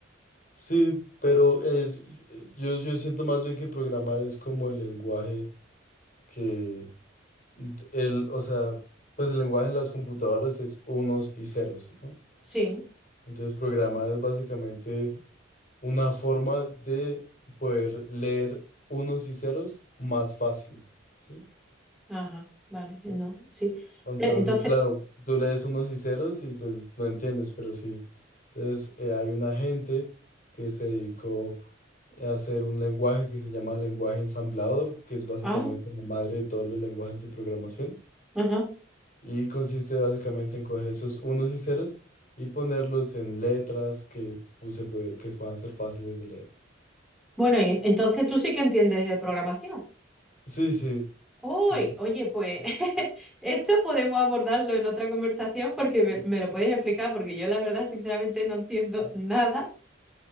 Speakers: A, on the left; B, in the centre.
A: sí, pero es, yo, yo siento más bien que programar es como el lenguaje que, el, o sea, pues el lenguaje de las computadoras es unos y ceros, ¿no?
B: Sí,
A: Entonces programar es básicamente una forma de poder leer unos y ceros más fácil, ¿sí?
B: ajá, vale, eh, no, sí.
A: Entonces,
B: Eh, Entonces,
A: claro, tú lees unos y ceros y pues no entiendes, pero sí. Entonces, eh, hay una gente que se dedicó a hacer un lenguaje que se llama lenguaje ensamblador, que es básicamente
B: ah,
A: la madre de todos los lenguajes de programación.
B: ajá.
A: Y consiste básicamente en coger esos unos y ceros y ponerlos en letras que, pues, se puede- que puedan ser fáciles de leer.
B: Bueno, y entonces tú sí que entiendes de programación.
A: Sí, sí,
B: Uy,
A: sí.
B: oye, pues <laughs> esto podemos abordarlo en otra conversación porque me, me lo puedes explicar, porque yo la verdad, sinceramente, no entiendo nada.